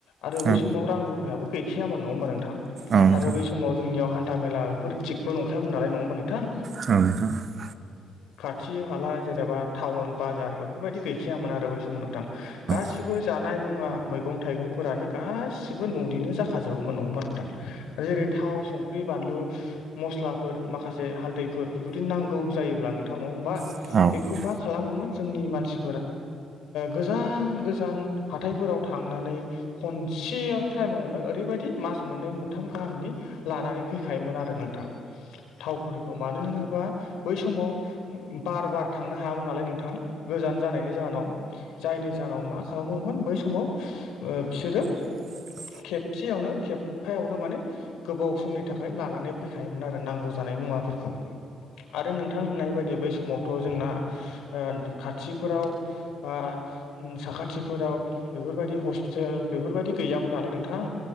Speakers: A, on the left; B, on the right.
A: आरो बै
B: औ नोंथां औ
A: समाव रां रुफायाबो गैखायामोन नङा होमबा नोंथां
B: नोंथां औ नोंथां औ नोंथां
A: आरो बै समाव जोंनियावहाय हान्था मेला बेफोर थिगबो नंखायामोन नालाय नङा होमबा नोंथां।
B: औ नोंथां औ नोंथां औ नोंथां
A: खाथि हाला जेनेबा टाउन बाजार बेफोरबायदि गैखायामोन आरो बै समाव नोंथां गासिबो
B: औ
A: जा नाय मुआ मैगं थाइगं गासिबो न'निनो जाखाजोबोमोन नङा होमबाथ नोंथां जेरै थाव सं ख्रि बानलु मस्लाफोर माखासे हालदैफोर जुदि नांगौ जायोब्ला नोंथां नङा होमबा?
B: नोंथां
A: बेखौ मा खालामोमोन जोंनि मानसि गोजान गोजान हाथायफोराव थांनानै ख से टाइमावनो ओरैबायदि मास मोननै मोनथाम गाहामनि लानानै फैखायोमोन आरो नों थां थावफोरखौ मानो होनोबा बै समाव बार बार थांनो हायामोन नालाय नोंथां गोजान जानायनि जाहोनाव जायनि जाहोनाव मा खालामोमोन बै समाव ओ बिसोरो
B: <unintelligible>
A: खेबसेयावनो खेबफायावनो माने गोबाव समनि थाखाय लानानै फैखायोमोन आरो नांगौ जानायमोन। मुवाफोरखौ आरो नोंथां बै समावथ' जोंना ओ खाथिफोराव बा साखाथिफोराव बेफोरबायदि हस्पिटेल बेफोरबायदि गैयामोन नालाय नोंथां